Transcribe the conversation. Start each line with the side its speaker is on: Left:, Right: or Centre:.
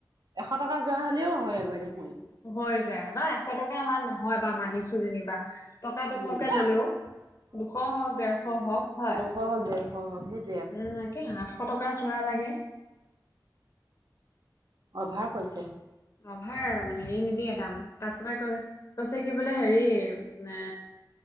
Right: এশ টকা যোৱা হলেও হয় একবাৰ দেখোন।
Left: হৈ যায় বা এশ টকা ইমান নহয় বা মানিছো যেনিবা টকা দুশকে
Right: উম,
Left: ললেও দুশ হওক দেৰশ হওক হয়।
Right: সহজ যায় সহজ সেইটো।
Left: উম একে আতশ টকা যোৰা লাগে।
Right: অভাৰ কৈছে।
Left: অভাৰ আৰু মানে এই নিদিয়ে দাম তাৰ পছতে কয় যে কৈছে কি বোলে হেৰি এ